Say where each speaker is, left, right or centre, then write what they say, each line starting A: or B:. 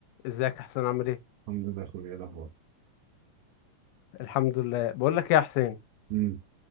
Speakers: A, on the left; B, on the right.
A: ازيك يا حسين عامل ايه
B: الحمد لله يا اخويا إيه الاخبار
A: الحمد لله بقول لك ايه يا حسين
B: امم